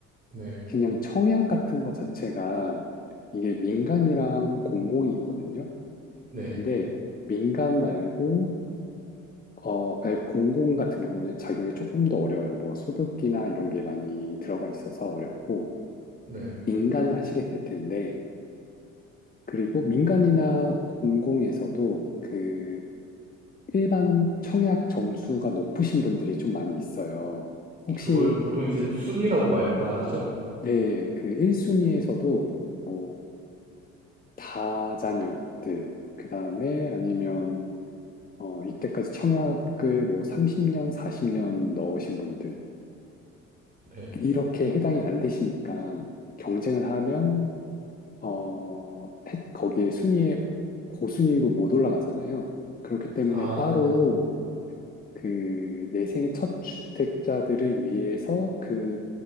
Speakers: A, on the right (about 20°); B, on the left (about 20°).
A: 네,
B: 그냥 청약 같은 거 자체가 이게 민간이랑 공공이 있거든요.
A: 네,
B: 근데 민간 말고 어, 아니, 공공 같은 경우는 작용이 조금 더 어려워요. 뭐 소득이나 이런 게 많이 들어가 있어서 어렵고
A: 네.
B: 민간을 하시게 될 텐데 그리고 민간이나 공공에서도 그 일반 청약 점수가 높으신 분들이 좀 많이 있어요. 혹시
A: 그걸 보통 이제 순이라고 말, 말하죠?
B: 네, 그 1순위에서도 뭐 다자녀들, 그 다음에 아니면, 어, 이때까지 청약을 뭐 30년, 40년 넣으신 분들,
A: 네.
B: 이렇게 해당이 안 되시니까 경쟁을 하면, 어, 해- 거기에 순위에 고순위로 못 올라가잖아요. 그렇기 때문에
A: 아,
B: 따로 그 내생의 첫 주택자들을 위해서 그